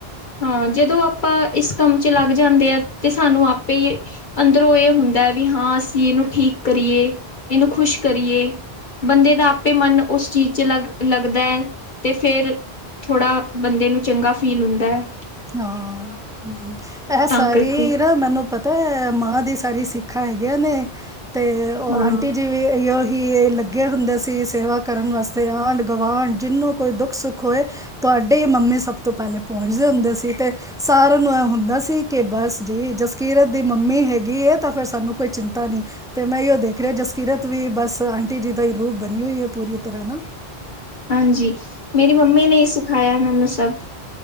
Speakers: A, on the left; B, in the centre.
A: ਹਾਂ, ਜਦੋਂ ਆਪਾਂ ਇਸ ਕੰਮ ਚ ਲੱਗ ਜਾਂਦੇ ਆ ਤੇ ਸਾਨੂੰ ਆਪ- ਅੰਦਰੋਂ ਇਹ ਹੁੰਦਾ ਹੈ ਵੀ ਹਾਂ। ਅਸੀਂ ਇਹਨੂੰ ਠੀਕ ਕਰੀਏ। ਇਹਨੂੰ ਖੁਸ਼ ਕਰੀਏ। ਬੰਦੇ ਦਾ ਆਪ- ਪੇ ਮਨ ਉਸ ਚੀਜ਼ ਚ ਲੱਗ-ਲੱਗਦਾ ਤੇ ਫੇਰ ਥੋੜਾ ਬੰਦੇ ਨੂੰ ਚੰਗਾ ਫੀਲ ਹੁੰਦਾ ਹੈ।
B: ਹਾਂ, ਇਹ
A: ਤਾਂ
B: ਸਾਰੀ
A: ਕਰਕੇ
B: ਨਾ ਮੈਨੂੰ ਪਤਾ- ਤੇ ਮਾਂ ਦੀ ਸਾਰੀ ਸਿੱਖਿਆ ਹੈਗੀਆਂ ਨੇ। ਤੇ
A: ਹਾਂ
B: ਆਂਟੀ ਜੀ ਵੀ ਇਹੀਓ- ਕਿ ਇਹ ਲੱਗੇ ਹੁੰਦੇ ਸੀ ਸੇਵਾ ਕਰਨ ਵਾਸਤੇ ਆਂਢ- -ਗੁਆਂਢ ਜਿਨੂੰ ਕੋਈ ਦੁੱਖ-ਸੁੱਖ ਹੋਏ ਤੁਹਾਡੀ ਮੰਮੀ ਸਭ ਤੋਂ- ਤੋਂ ਪਹਿਲੇ ਪਹੁੰਚਦੇ ਹੁੰਦੇ ਸੀ ਤੇ ਸਾਰਿਆਂ ਨੂੰ ਇਹ ਹੁੰਦਾ ਸੀ, ਕੇ ਬਸ ਜੀ ਜਸਕੀਰਤ ਦੀ ਮੰਮੀ ਹੈਗੀ। ਹੈਗੀ ਤਾਂ ਫਿਰ ਸਾਨੂੰ ਕੋਈ ਚਿੰਤਾ ਨਹੀ। ਤੇ ਮੈਂ ਐਈਉ ਦੇਖ ਰਿਹਾ ਜਸਕੀਰਤ ਵੀ ਬਸ, ਤੀਜੀ ਦਾ ਰੂਪ ਬਣੀ ਹੋਈ ਹੈ ਪੂਰੀ ਤਰ੍ਹਾਂ ਹਨਾ।
A: ਹਾਂਜੀ ਮੇਰੀ ਮੰਮੀ ਨੇ ਹੀ ਸਿਖਾਇਆ ਮੈਨੂੰ ਸਭ